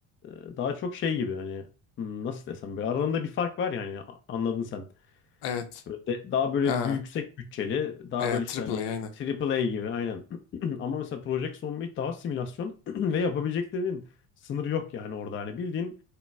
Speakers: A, on the left; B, on the left.
A: e, daha çok şey gibi hani hmm, nasıl desem böyle aralarında bir fark var yani anladın sen.
B: Evet.
A: De- Daha böyle
B: Ya.
A: bir yüksek bütçeli, daha
B: Evet.
A: böyle işte
B: Triple
A: hani
B: A aynen.
A: triple A gibi aynen. <clears throat> Ama mesela Project Zomboid daha simülasyon <clears throat> ve yapabileceklerinin sınırı yok yani orada. Hani bildiğin